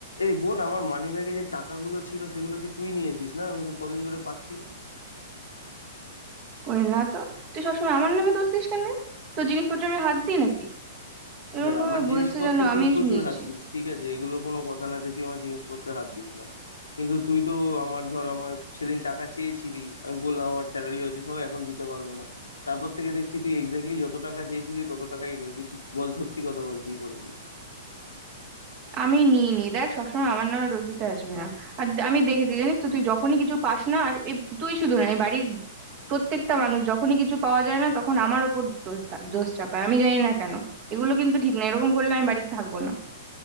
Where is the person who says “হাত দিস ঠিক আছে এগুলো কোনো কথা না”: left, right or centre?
Left